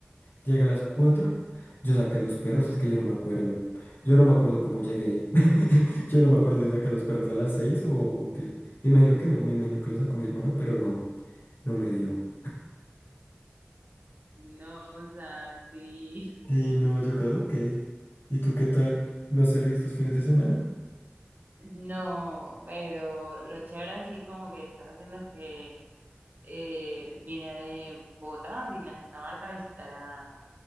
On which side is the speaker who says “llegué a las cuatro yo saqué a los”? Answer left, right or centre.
Left